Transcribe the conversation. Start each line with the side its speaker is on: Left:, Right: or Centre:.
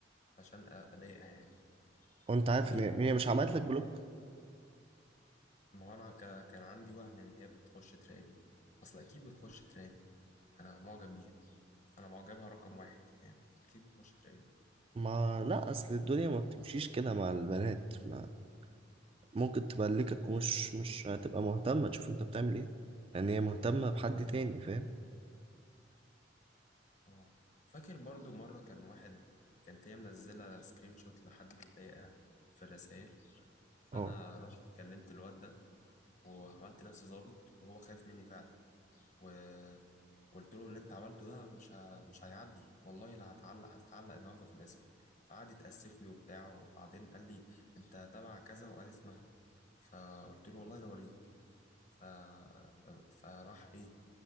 Left: عشان أ- اضايقها يعني
Right: وانت عارف
Left: وايه
Right: ان هي مش عملت لك بلوك
Left: ما هو انا ك... كان عندي وهم ان هي بتخش تراقبني اصل اكيد بتخش تراقبني انا معجب بيها انا معجبها رقم واحد فاهم اكيد بتخش تراقبني
Right: ما لا اصل الدنيا ما بتمشيش كده مع البنات ما ممكن تبلكك ومش مش هتبقى مهتمة تشوف انت بتعمل ايه لان هي مهتمة بحد تاني فاهم
Left: اه فاكر برضو مره كان واحد كانت هي منزله سكرين شوت لحد بيضايقها في الرسائل فانا
Right: اه
Left: رحت كلمت الواد ده وعملت نفسي ظابط وهو خايف مني فعلا و قلت له اللي انت عملته ده مش ه... مش هيعدي والله لا هتعلق هتتعلق النهارده في الاسم فقعد يتأسف لي وبتاع وبعدين قال لي انت تبع كذا وقال اسمها فقلت له والله لو اوريك ف... فراح ايه